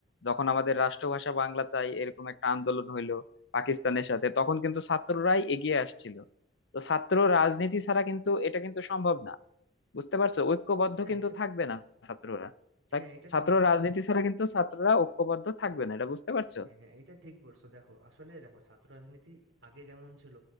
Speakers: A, on the left; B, on the right.
A: যখন আমাদের রাষ্ট্রভাষা বাংলা চাই এরকম একটা আন্দোলন হইলো পাকিস্তানের সাথে তখন কিন্তু ছাত্ররাই এগিয়ে আসছিল তো ছাত্র রাজনীতি ছাড়া কিন্তু এটা কিন্তু সম্ভব না বুঝতে পারছো ঐক্যবদ্ধ
B: হ্যাঁ
A: কিন্তু
B: এটা
A: থাকবে না ছাত্ররা
B: হ্যাঁ এটা
A: ছাত্র
B: ঠিক
A: রাজনীতি ছাড়া কিন্তু ছাত্ররা ঐক্যবদ্ধ থাকবে না এটা বুঝতে পারছো
B: হ্যাঁ হ্যাঁ এটা ঠিক বলছো দেখো আসলে দেখো ছাত্র রাজনীতি আগে যেমন ছিল